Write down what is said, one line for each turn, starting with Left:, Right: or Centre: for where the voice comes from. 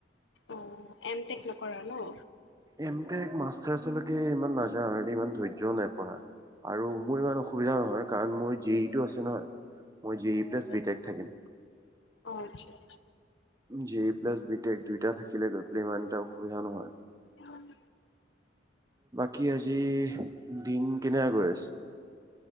Left: অ', এম টেক নকৰা ন?
Right: এম টেক মাষ্টাৰ আচলকে ইমান নাজান ইমান ধৈৰ্যয়ো নাই পঢ়া। আৰু মোৰ ইমান অসুবিধা নহয়, কাৰণ মোৰ জে ই টো আছে নহয়। মই জি ই প্লাছ
Left: অ
Right: বি টেক থাকিম।
Left: আচ্ছা আচ্ছা।
Right: জে প্লাছ বি টেক দুইটা থাকিলে গৈ পেলাই ইমান এটা অসুবিধা নহয়।
Left: উম।
Right: কি আজি দিন কেনেকা আছে?